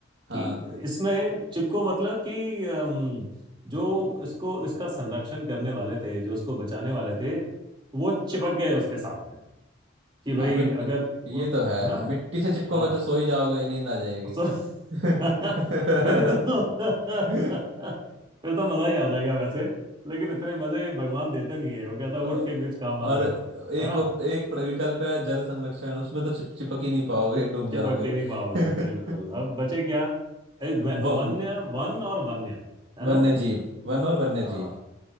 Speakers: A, on the right; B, on the right.
A: हाँ
B: कि इसमें चिपको मतलब कि अम, जो इसको इसका संरक्षण करने वाले थे जो इसको बचाने वाले थे वो चिपक गए उसके साथ में कि भाई
A: आ, मिट
B: अगर
A: ये
B: उन-
A: तो है
B: है ना
A: मिट्टी से चिपकोगे
B: हाँ
A: तो सो ही जाओगे नींद आ जाएगी
B: सो <laughs>
A: <laughs>
B: फिर तो <laughs>
A: बस
B: फिर तो मजा ही आ जाएगा वैसे लेकिन इतने मजे भगवान देते नहीं है वो कहता है
A: अ,
B: उठ के कुछ काम वाम
A: और
B: करो
A: एक
B: है ना
A: एक विकल्प है जल संरक्षण उसमें तो चिप चिपक ही नहीं पाओगे डूब जाओगे
B: चिपक के नहीं पाओगे
A: <laughs>
B: बिल्कुल अब बचे क्या एक
A: व,
B: वे- वन्य वन और वन्य है
A: वन्य
B: ना
A: जीव वन और वन्य
B: हाँ
A: जीव